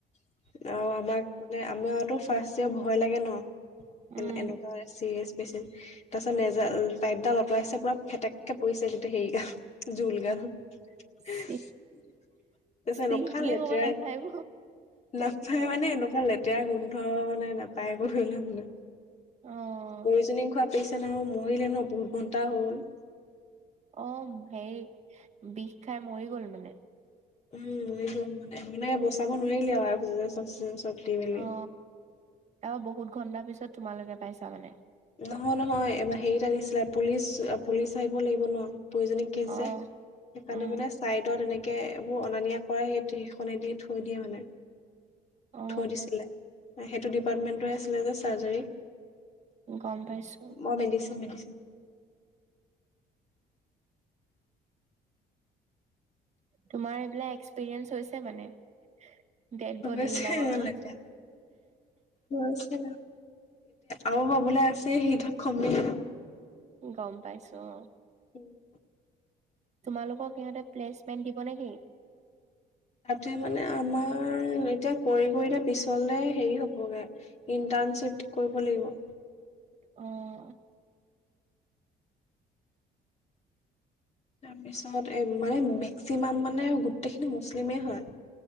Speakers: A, on the left (about 40°); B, on the right (about 40°).
A: অ, আমাৰ মানে আমাৰতো ফাৰ্ষ্টতে ভয় লাগে ন। এ,
B: উম
A: এনেকা- হয়, চিৰিয়েছ পেচেণ্ট। তাৰপিছত নেজেল পাইপডাল আঁতৰাইছে পুৰা ফেটেককে পৰিছে, গোটেই হেৰিগাল। জুল গাল। তাৰপিছত
B: চিক চিক
A: এনেকুৱা
B: বুলি
A: লেতেৰা,
B: ক'ব নাপাৰিব
A: নাপায় মানে এনেকুৱা লেতেৰা। লেতেৰা গোন্ধ মানে, নাপায় আ, একো ধৰি ল মানে।
B: অ।
A: প্ৰয়োজনীং খোৱা পেচেণ্ট আৰু মৰিলে ন বহুত ঘণ্টা হ'ল।
B: অ, হেৰি বিষ খাই মৰি গ'ল মানে!
A: উম, মৰি গ'ল মানে। বচাব নোৱাৰিলে আৰু অক্সিজেন সক্সজেন চব। দি মেলি
B: অ, আৰু বহুত ঘণ্টাৰ পিছত তোমালোকে পাইছা মানে।
A: নহয়, নহয়, হেৰিত আনিছিলে পুলিচ- পুলিচ আহিব লাগিব ন। প্ৰয়োজনিং কেছ
B: অ
A: যে, সেইকাৰণে
B: উম
A: মানে চাইডত এনেকে এইবোৰ অনা নিয়া কৰা সেই সেইখনে দি থৈ দিয়ে মানে।
B: অ
A: থৈ দিছিলে। সেইটো ডিপাৰ্টমেন্টৰে আছিলে যে চাৰ্জাৰী।
B: গম পাইছো।
A: মই মেডিচিন, মেডিচিন।
B: তোমাৰ এইবিলাক এক্সপিৰিয়েঞ্চ হৈছে মানে। ডেড বডি
A: বেছি
B: বিলাকৰ লগত
A: লেতেৰা, হৈছে। আৰু হবলৈ আছেই, সেইতো কমেই।
B: গম পাইছো, অ।
A: উম।
B: তোমালোকক সিহঁতে প্লেচমেণ্ট দিব নেকি?
A: তাতে মানে আমাৰ এতিয়া কৰি কৰিলে পিছলে হেৰি হবগে ইণ্টাৰ্ণশ্বিপ কৰিব লাগিব।
B: অ।
A: তাৰপিছত এ মানে মেক্সিমাম মানে গোটেইখিনি মুছলিমেই হয়,